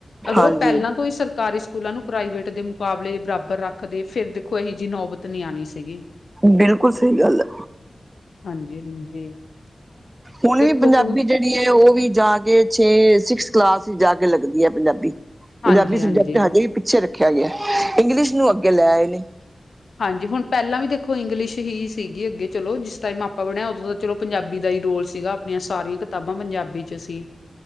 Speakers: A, on the left; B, on the right.
A: ਅਗਰ
B: ਹਾਂਜੀ
A: ਉਹ ਪਹਿਲਾਂ ਤੋਂ ਈ ਸਰਕਾਰੀ ਸ ਸਕੂਲਾਂ ਨੂੰ ਪ੍ਰਾਈਵੇਟ ਦੇ ਮੁਕਾਬਲੇ ਬਰਾਬਰ ਰੱਖਦੇ ਫ਼ਿਰ ਦੇਖੋ ਇਹੀ ਜਿਹੀ ਨੌਬਤ ਨਹੀਂ ਆਉਣੀ ਸੀਗੀ।
B: ਬਿਲਕੁਲ ਸਹੀ ਗੱਲ ਐ।
A: ਹਾਂਜੀ-ਹਾਂਜੀ।
B: ਹੁਣ
A: ਦੇਖੋ
B: ਵੀ ਪੰਜਾਬੀ
A: ਕਿਉਂ
B: ਜਿਹੜੀ ਵੀ ਏ ਉਹ ਵੀ ਜਾ ਕੇ ਛੇ ਸਿਕਸ ਕਲਾਸ ਚ ਜਾ ਕੇ ਲੱਗਦੀ ਏ ਪੰਜਾਬੀ।
A: ਹਾਂਜੀ-ਹਾਂਜੀ।
B: ਪੰਜਾਬੀ ਸਬਜੈਕਟ
A: ਹਾਂਜੀ,
B: ਹਜੇ ਵੀ ਪਿੱਛੇ ਰੱਖਿਆ ਗਿਆ ਇੰਗਲਿਸ਼ ਨੂੰ ਅੱਗੇ ਲੈ ਆਏ ਨੇ।
A: ਹਾਂਜੀ ਹੁਣ ਪਹਿਲਾਂ ਵੀ ਦੇਖੋ ਇੰਗਲਿਸ਼ ਹੀ ਸੀਗੀ ਅੱਗੇ ਚਲੋ ਜਿਸ ਟਾਈਮ ਆਪਾਂ ਬਣਿਆ ਉਦੋਂ ਚਲੋ ਪੰਜਾਬੀ ਦਾ ਈ ਰੋਲ ਸੀਗਾ ਆਪਣੀਆਂ ਸਾਰੀਆਂ ਕਿਤਾਬਾਂ ਪੰਜਾਬੀ 'ਚ ਸੀ।